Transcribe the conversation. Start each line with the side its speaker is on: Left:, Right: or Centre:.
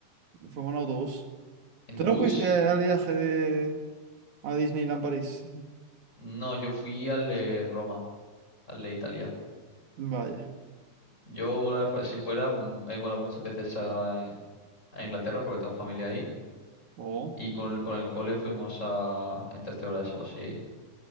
Right: Fuimos en autobús.
Left: ¿En
Right: ¿Tú no
Left: bus?
Right: fuiste al viaje de... a Disneyland París?
Left: No, yo fui al de Roma, al de Italia.
Right: Vaya.
Left: Yo volar, fue- si fuera, mu- he volado muchas veces a, a Inglaterra porque tengo familia ahí.
Right: Oh.
Left: Y con, el- con el cole fuimos a, en tercera de eso, así,